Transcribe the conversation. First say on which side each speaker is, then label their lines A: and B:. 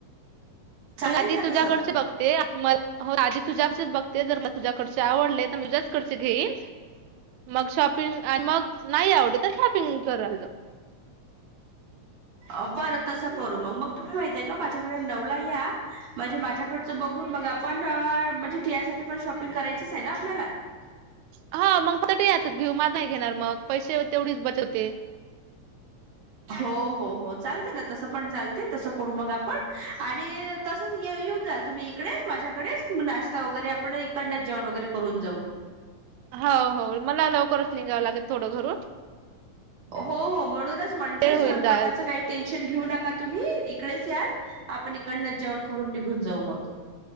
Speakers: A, on the right; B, on the right.
A: चालेल
B: मग आधी
A: का
B: तुझ्याकडचे
A: तसं
B: बघते, आधी तुझ्याकडच बघते, जर म तुझ्याकडचे आवडलेऽ तुझ्या च कडचे घेईन, मग शॉपिंग आणि मगऽ नाही आवडल तर शॉपिंग करलऽ
A: अ बरं, तसं करू मग, मगऽ तुम्ही माहितय का माझ्याकडे नवला या,, म्हणजे माझ्याकडचं बघून बऽ पण म्हणजे टीयासाठीपण शॉपिंग करायचीच आहे ना. आपल्याला
B: हा मग परत यातच घेऊ, माझहि घेणार मग पैसे. तेवढीच बचत होते.
A: हो, हो, हो चालतय ना, तस पण चालतय, तस करू मग आपण. आणि, तसच येऊन जाल तुम्ही इकडेच माझ्या इकडेच नाश्ता वगैरे आपण इकडनच जेवण वगैरे करून जाऊ.
B: हो हो मला लवकरच निघा. थोडं घरून
A: हो, हो म्हणूनच म्हणते
B: वेळ होईन
A: स्वयंपाकाचं
B: जा
A: काही टेन्शन घेऊ नका. का तुम्ही इकडेच याल, आपण इकडनं जेवण करून निघून जाऊ मग.